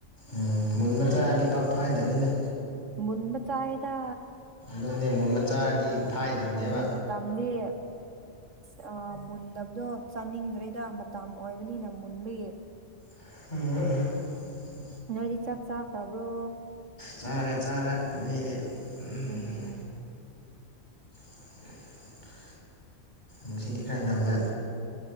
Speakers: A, on the left (about 35°); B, on the right (about 80°).
A: ꯑꯥ ꯃꯨꯟꯕ ꯆꯥꯔꯗꯤ ꯄꯥꯛꯐꯥꯏꯗꯝꯅꯤꯅ
B: ꯃꯨꯟꯕ ꯆꯥꯥꯏꯌꯦꯗ
A: ꯑꯗꯨꯅꯦ ꯃꯨꯟꯕ ꯆꯥꯔꯗꯤ ꯐꯥꯏꯗꯕꯅꯦꯕ
B: ꯍꯧꯖꯤꯛ ꯃꯇꯝꯅꯤ ꯌꯥ ꯃꯨꯟꯗꯕꯗꯣ ꯆꯥꯅꯤꯡꯗ꯭ꯔꯦꯗ ꯃꯇꯝ ꯑꯣꯏꯕꯅꯤꯅ ꯃꯨꯟꯕꯒꯤ
A: ꯎꯝ
B: ꯅꯣꯏꯗꯤ ꯆꯥꯛ ꯆꯥꯈ꯭ꯔꯕ꯭ꯔꯣ
A: ꯆꯥꯔꯦ ꯆꯥꯔꯦ ꯉꯍꯤꯗꯤ ꯎꯝꯍꯨꯝ
B: ꯎꯝ
A: <inaudible> ꯉꯁꯤꯗꯤ ꯈꯔ ꯉꯜꯂꯦ